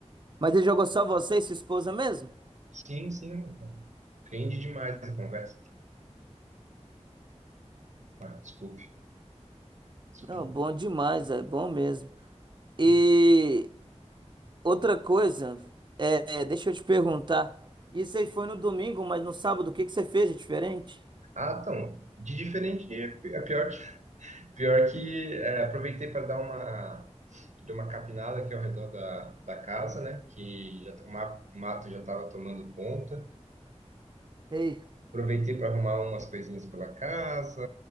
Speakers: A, on the right; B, on the right.
A: Mas ele jogou só você e sua esposa mesmo?
B: Sim, sim. Rende demais a conversa. Ah, desculpe. Expl-
A: Não, bom demais, é bom mesmo. E
B: Hum.
A: Outra coisa, é, é, deixa eu te perguntar. Isso aí foi no domingo, mas no sábado o que que você fez de diferente?
B: Ah, então, de diferente, é pi- é pior, <laughs> pior que é, aproveitei para dar uma deu uma capinada aqui ao redor da, da casa, né? Que já, tá, o ma- mato já estava tomando conta.
A: Ei.
B: Aproveitei para arrumar umas coisinhas pela casa,